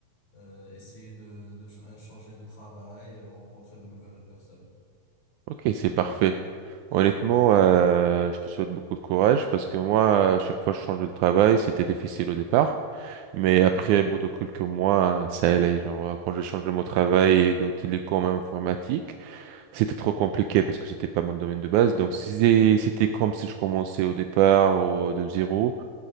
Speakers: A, on the left; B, on the right.
A: euh, essayer de, de ch- euh, changer de travail, euh, rencontrer de nouvelles personnes.
B: Ok, c'est parfait. Honnêtement, euh, je te souhaite beaucoup de courage parce que moi, à chaque fois que je changeais de travail, c'était difficile au départ. Mais
A: Mhm.
B: après, bout de quelques mois, ça allait. Genre, euh, quand j'ai changé mon travail de télécom à informatique, c'était trop compliqué parce que c'était pas mon domaine de base. Donc, si c'était comme si je commençais au départ ou de zéro,